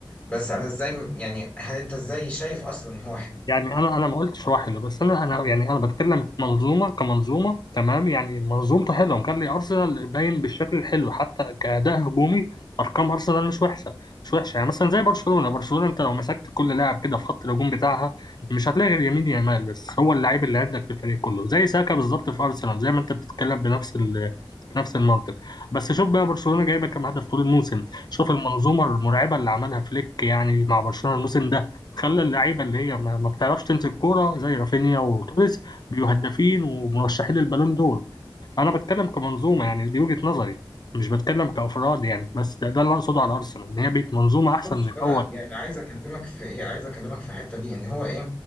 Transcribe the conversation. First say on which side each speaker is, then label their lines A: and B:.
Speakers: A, on the left; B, on the left.
A: بس انا ازاي يعني هل انت ازاي شايف اصلا ان هو
B: يعني انا انا ما قلتش هو حلو بس انا انا يعني انا بتكلم كمنظومه كمنظومه تمام يعني منظومته حلوه كان لي ارسنال باين بالشكل الحلو حتى كاداء هجومي ارقام ارسنال مش وحشه مش وحشه يعني مثلا زي برشلونه برشلونه انت لو مسكت كل لاعب كده في خط الهجوم بتاعها مش هتلاقي غير يمين يامال بس هو اللعيب اللي عندك في الفريق كله زي ساكا بالظبط في ارسنال زي ما انت بتتكلم بنفس ال بنفس المنطق بس شوف بقى برشلونه جايبه كام هدف طول الموسم شوف المنظومه المرعبه اللي عملها فليك يعني مع برشلونه الموسم ده خلى اللعيبه اللي هي ما ما بتعرفش تمسك كوره زي رافينيا وتوريس بيبقوا هدافين ومرشحين للبالون دول انا بتكلم كمنظومه يعني دي وجهه نظري مش بتكلم كافراد يعني بس ده, ده اللي اقصده على ارسنال ان هي بقت منظومه احسن
A: بص
B: من الاول
A: انا يعني عايز اكلمك في ايه عايز اكلمك في الحته دي ان هو ايه